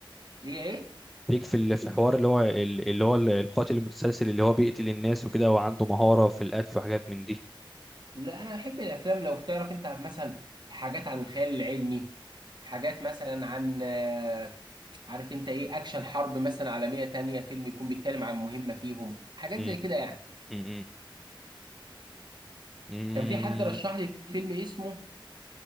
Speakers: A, on the right; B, in the centre.
A: ليه ايه
B: ليك في ال... في حوار اللي هو ال... اللي هو ال- القاتل المتسلسل اللي هو بيقتل الناس وكده وعنده مهارة في القتل وحاجات من دي
A: لا انا بحب الافلام لو تعرف انت مثلا حاجات عن الخيال العلمي حاجات مثلا عن آه، عارف انت ايه اكشن حرب مثلا عالمية تانية فيلم يكون بيتكلم عن مهمة فيهم حاجات
B: مم.
A: زي كده يعني
B: مم. مم.
A: كان في حد رشح لي فيلم اسمه